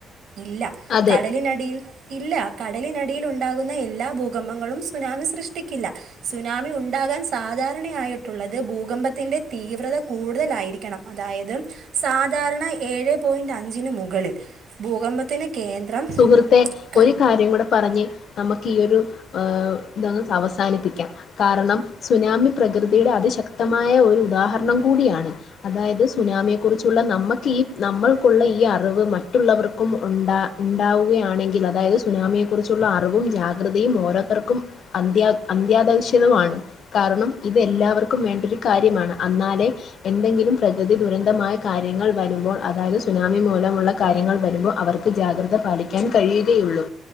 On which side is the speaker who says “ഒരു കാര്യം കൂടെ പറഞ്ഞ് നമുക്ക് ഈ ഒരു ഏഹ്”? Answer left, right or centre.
Left